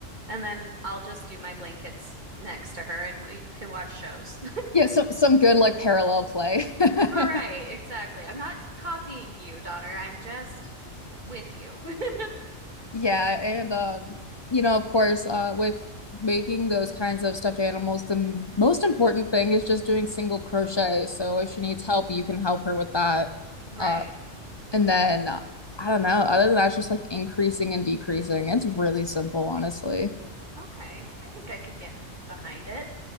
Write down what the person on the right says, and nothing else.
And then I'll just do my blankets next to her and we can watch shows.
Right, exactly. I'm not copying you, daughter. I'm just with you. <laughs>
Mhm.
Right.
Okay. I think I could get behind it.